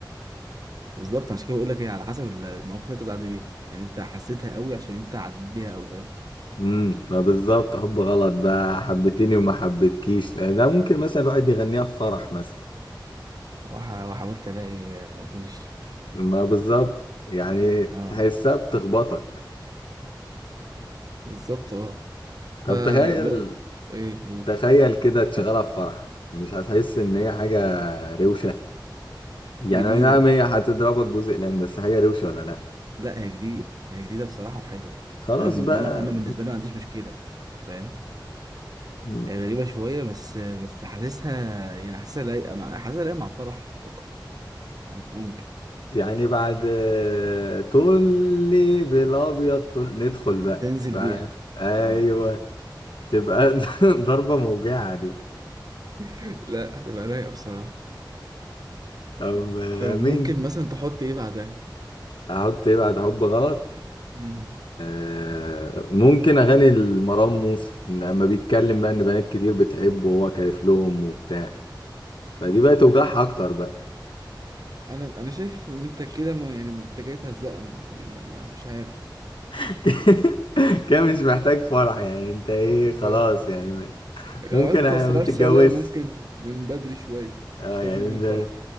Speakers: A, on the right; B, on the left.
A: بالظبط عشان كده بقول لك هي على حسب المواقف اللي انت بتعدي بيها يعني انت حسيتها قوي عشان انت عديت بيها قوي فاهم
B: امم ما بالظبط حب غلط بقى حبتيني وما حبتكيش ده ده ممكن مثلا الواحد يغنيها في فرح مثلا
A: وح- وحاولت الاقي آه، مفيش
B: ما بالظبط يعني
A: اه
B: تحسها بتخبطك
A: بالظبط اه
B: طب
A: ف
B: تخيل
A: ب- ايه قول
B: تخيل كده تشغلها في فرحك مش هتحس ان هي حاجه روشه يعني
A: جديده
B: اي نعم هي هتضربك جزء لان بس حاجه روشه ولا لا
A: لا هي جديده هي جديده بصراحه وحلوه
B: خلاص
A: انا بالنسبه
B: بقى
A: لي انا بالنسبه لي ما عنديش مشكله فاهم
B: مم.
A: هي غريبه شويه بس بس حاسسها يعني حاسسها لايقه مع حاسسها لايقه مع فرح اكتر ممكن
B: يعني بعد آه، طلي بالابيض طل ندخل بقى
A: تنزل
B: ف
A: بيها
B: ايوه
A: اه
B: تبقى <laughs> ضربه موجعه دي
A: <laughs> لا هتبقى رايقه بصراحه
B: اما
A: طب
B: مين
A: ممكن مثلا تحط ايه بعدها
B: احط ايه بعد حب غلط
A: مم.
B: آه ممكن اغاني المرام موسى لما بيتكلم بقى ان بنات كتير بتحبه وهو كارف لهم وبتاع فدي بقى توجعها اكتر بقى
A: انا انا شايف ان انت كده ما يعني انت جاي تهزقها ممكن ولا ما مش عارف
B: <laughs> كده مش محتاج فرح يعني انت ايه
A: بالظبط
B: خلاص يعني ما-
A: لو
B: ممكن
A: عايز توصلها
B: ما تتجوزش
A: رسالة ممكن من بدري شوية
B: اه
A: مش
B: يعني
A: لازم
B: انت
A: يقول فرح